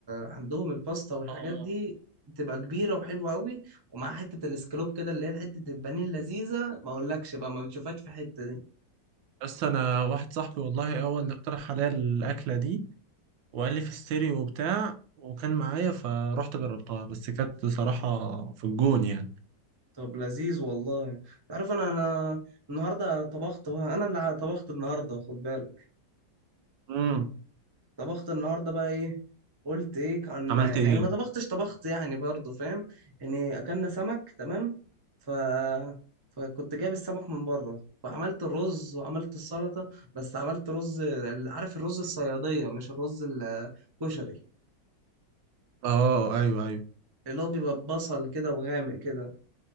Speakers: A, on the right; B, on the right.
A: عندهم الباستا والحاجات
B: اه
A: دي بتبقى كبيره وحلوه قوي ومع حته الاسكالوب كده اللي هي حته البانيه اللذيذه ما اقولكش بقى ما بتشوفهاش في حته دي
B: بس انا واحد صاحبي والله هو اللي اقترح عليا الاكله دي وقال لي في ستيريو وبتاع وكان معايا فرحت جربتها بس كانت بصراحه في الجون يعني
A: طب لذيذ والله تعرف انا انا النهارده طبخت بقى انا اللي ع- طبخت النهارده خد بالك
B: امم
A: طبخت النهارده بقى ايه قلت ايه عن
B: عملت
A: يعني
B: ايه
A: ما طبختش طبخت يعني برضه فاهم يعني اكلنا سمك تمام ف فكنت جايب السمك من بره وعملت الرز وعملت السلطه بس عملت رز ال- عارف الرز الصياديه مش الرز الكشري
B: اه ايوه ايوه
A: اللي هو بيبقى ببصل كده وغامق كده